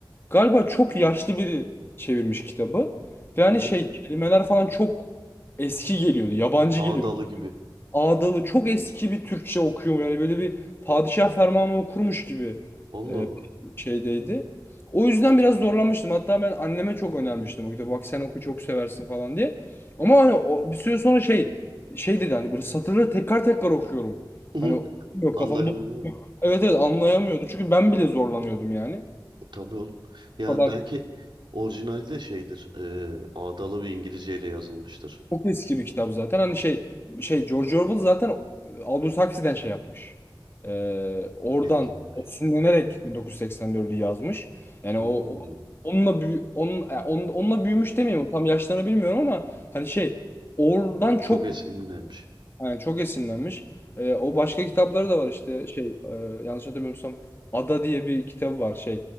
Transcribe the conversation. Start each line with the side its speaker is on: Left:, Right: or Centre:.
Left: galiba çok yaşlı biri çevirmiş kitabı. Ve hani
Right: Hı hı.
Left: şey kelimeler falan çok eski geliyordu. Yabancı
Right: Ağdalı
Left: geliyordu
Right: gibi.
Left: ağdalı çok eski bir Türkçe okuyor. Yani böyle bir padişah fermanı okurmuş gibi
Right: Allah
Left: e,
Right: Allah.
Left: şeydeydi. O yüzden biraz zorlanmıştım. Hatta ben anneme çok önermiştim o kitabı. Bak sen oku çok seversin falan diye. Ama hani o, bir süre sonra şey şey dedi hani böyle satırları tekrar tekrar okuyorum.
Right: <laughs>
Left: Hani yok
Right: Anlayamıyorum.
Left: kafamda Evet evet anlayamıyordu. Çünkü ben bile zorlanıyordum yani.
Right: Tabii oğlum. Yani
Left: O kadar
Right: belki orijinali de şeydir. E, ağdalı bir İngilizceyle yazılmıştır.
Left: Çok eski bir kitap zaten. Hani şey şey George Orwell zaten e, Aldous Huxley'den şey yapmış. Ee, oradan
Right: Etkilenmiş.
Left: esinlenerek 1984'ü yazmış. Yani
Right: Hmm.
Left: o, o- onunla büyü onun, e, onun- onunla büyümüş demeyeyim. Tam yaşlarını bilmiyorum ama hani şey oradan çok
Right: Çok esinlenmiş.
Left: yani çok esinlenmiş. Ee, o başka kitapları da var işte şey e, yanlış hatırlamıyorsam Ada diye bir kitabı var şey.